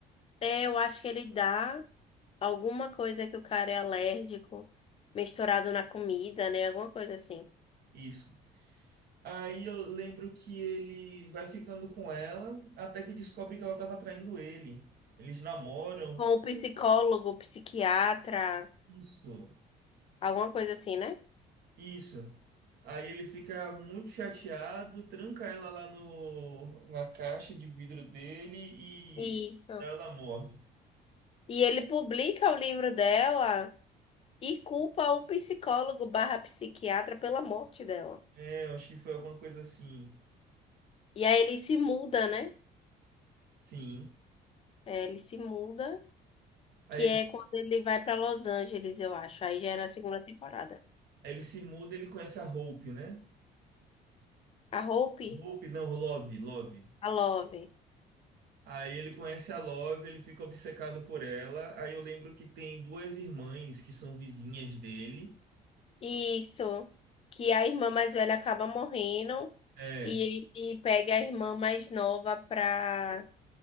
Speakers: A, on the left; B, on the right.
A: É, eu acho que ele dá alguma coisa que o cara é alérgico, misturado na comida, né? Alguma coisa assim.
B: Isso. Aí eu lembro que ele vai ficando com ela até que descobre que ela estava traindo ele. Eles namoram.
A: Com o psicólogo, psiquiatra,
B: Isso,
A: alguma coisa assim, né?
B: isso. Aí ele fica muito chateado, tranca ela lá no, na caixa de vidro dele e
A: Isso.
B: ela morre.
A: E ele publica o livro dela e culpa o psicólogo barra psiquiatra pela morte dela.
B: É, eu acho que foi alguma coisa assim.
A: E aí ele se muda, né?
B: Sim.
A: É, ele se muda,
B: Aí
A: que
B: ele,
A: é quando ele vai pra Los Angeles, eu acho. Aí já é na segunda temporada.
B: aí ele se muda, ele conhece a Hope, né?
A: A Hope,
B: Hope, não, Love, Love.
A: a Love.
B: Aí ele conhece a Love, ele fica obcecado por ela. Aí eu lembro que tem duas irmãs que são vizinhas dele.
A: Isso. Que é a irmã mais velha acaba morrendo
B: É.
A: e ele pega a irmã mais nova pra,